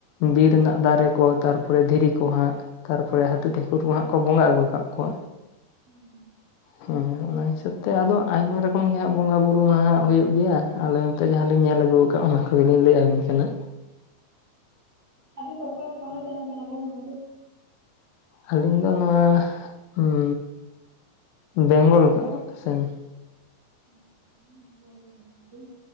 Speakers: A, on the left (about 80°); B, on the right (about 35°).
A: ᱵᱤᱨ ᱨᱮᱱᱟᱜ ᱫᱟᱨᱮ ᱠᱚ ᱛᱟᱨᱯᱚᱨᱮ ᱫᱷᱤᱨᱤ ᱠᱚ ᱦᱟᱸᱜ᱾ ᱛᱟᱨᱯᱚᱨᱮ ᱦᱟᱹᱛᱤ ᱴᱷᱟᱹᱠᱩᱨ ᱠᱚ ᱦᱟᱸᱜ ᱠᱚ ᱵᱚᱸᱜᱟ ᱟᱹᱜᱩ ᱠᱟᱜ ᱠᱚᱣᱟ᱾
B: ᱦᱩᱸ᱾
A: ᱦᱮᱸ ᱚᱱᱟ ᱦᱤᱥᱟᱹᱵ ᱛᱮ ᱟᱫᱚ ᱟᱭᱢᱟ ᱨᱚᱠᱚᱢ ᱜᱮ ᱦᱟᱸᱜ ᱵᱚᱸᱜᱟ ᱵᱩᱨᱩ ᱢᱟ ᱦᱟᱸᱜ᱾ ᱦᱩᱭᱩᱜ ᱜᱮᱭᱟ ᱟᱞᱮ ᱱᱚᱛᱮ ᱡᱟᱦᱟᱸᱞᱤᱧ ᱧᱮᱞ ᱟᱹᱜᱩ ᱠᱟᱜ ᱚᱱᱟ ᱠᱚᱜᱮᱞᱤᱧ ᱞᱟᱹᱭᱟᱹᱵᱤᱱ ᱠᱟᱱᱟ᱾
B: ᱟᱹᱵᱤᱱ ᱫᱚ ᱚᱠᱚᱭ ᱯᱚᱱᱚᱛ ᱨᱮᱱ ᱠᱟᱱᱟᱵᱤᱱ ᱜᱚᱝᱠᱮ?
A: ᱟᱹᱞᱤᱧ ᱫᱚ ᱱᱚᱣᱟ ᱦᱩᱸ ᱵᱮᱝᱜᱚᱞ ᱠᱟ ᱥᱮᱱ᱾
B: ᱟᱪᱷᱟ ᱟᱹᱞᱤᱧ ᱦᱚᱸ ᱵᱮᱝᱜᱚᱞ ᱨᱮᱱ ᱠᱟᱱ ᱜᱮᱭᱟᱞᱤᱧ᱾